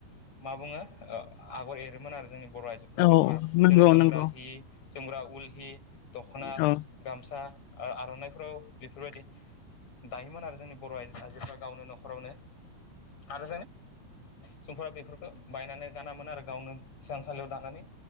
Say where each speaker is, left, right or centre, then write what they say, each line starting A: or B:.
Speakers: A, on the left; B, on the left.
A: मा बुङो ओ आगर एरोमोन आरो जोङो बर' आइजोफोरा
B: औ
A: बेफोर
B: नंगौ
A: जेरै जोमग्रा
B: नंगौ
A: हि जोमग्रा उल ही दख'ना
B: औ
A: गामसा आ-आर'नाइफोराव बेफोरबायदि दायोमोन आरो जोंनि बर' आइ आइजोफ्रा गावनो न'खरावनो आरो जों बर' सुबुंफोरा बेफोरखौ बायनानै गानामोन आरो गावनो इसानसा लियाव दानानै